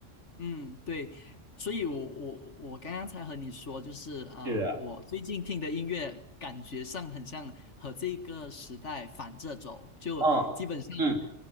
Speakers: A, on the left; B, on the right.
A: 嗯，对，所以我我我刚刚才和你说，就是啊、
B: 是啊，
A: 我最近听的音乐感觉上很像和这个时代反着走，就基本上
B: 嗯嗯